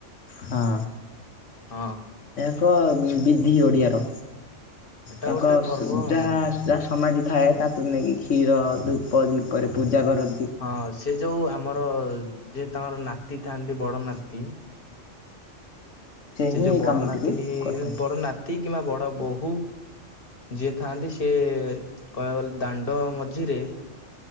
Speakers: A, on the left (about 70°); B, on the left (about 45°).
A: ହଁ।
B: ହଁ।
A: ଏକ ବିଧି ଓଡ଼ିଆର।
B: ଏଟା
A: ତାଙ୍କ
B: ଗୋଟେ ପର୍ବ
A: ସ
B: ଆଉ
A: ଯାହା ଯାହା ସମାଧି ଥାଏ ତାକ୍ କୁ ନେଇକି କ୍ଷୀର ଧୂପ ଦୀପରେ ପୂଜା କର
B: ହଁ ସେ ଯୋଉ ଆମର ଯେ ତାଙ୍କର ନାତି ଥାନ୍ତି ବଡ ନାତି ସେ
A: ହିଁ
B: ଯୋଉ
A: ଏଇ
B: ବଡ
A: କାମଟିକୁ
B: ନାତିଇଇ
A: କରିଥାଏ
B: ବଡ ନାତି କିମ୍ବା ବଡ ବୋହୂ। ଯିଏ ଥାଆନ୍ତି ସିଏ କହିବାକୁ ଗଲେ ଦାଣ୍ଡ ମଝିରେ